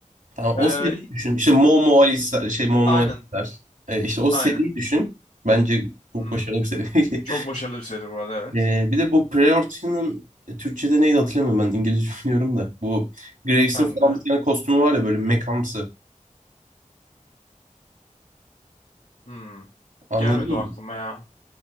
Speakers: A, on the right; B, on the left.
A: Tamam o
B: Ee,
A: seriyi düşün. İşte Momo Alice'ler, şey Momo
B: aynen.
A: Alice'ler. Ee, işte o seriyi
B: Aynen.
A: düşün. Bence çok
B: Hı hı.
A: başarılı bir seri.
B: Çok
A: <laughs>
B: başarılı bir seri bu arada evet.
A: Ee, bir de bu Priority'nin e, Türkçe'de neydi hatırlamıyorum ben. İngilizce <laughs> biliyorum da. Bu Graves'in
B: Ben
A: falan
B: de.
A: bir tane kostümü var ya böyle mekamsı.
B: Hmm.
A: Anladın
B: Gelmedi
A: mı?
B: o aklıma ya.